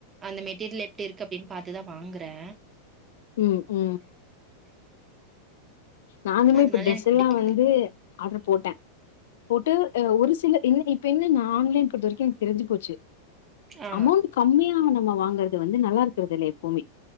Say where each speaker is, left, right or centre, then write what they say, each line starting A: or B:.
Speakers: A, on the right (about 20°); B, on the left (about 55°).
A: அந்த மெட்டீரியல் எப்டி இருக்கு அப்டின்னு பாத்துதா வாங்கறே
B: ம் ம் நானுமே
A: அதனால
B: இப்ப ட்ரெஸ்
A: எனக்கு
B: எல்லா
A: பிடிக்கிறது
B: வந்து ஆர்டர் போட்டேன் போட்டு ஆ ஒரு ஸ் இல்ல இன் இப்ப என்னன்னா ஆன்லைன் பொறுத்த வரைக்கு எனக்கு தெரிஞ்சு போச்சு
A: ஆ
B: அமௌண்ட் கம்மியான நா வாங்குறது வந்து நல்லா இருக்கு ருக்கறதில்ல எப்பவுமே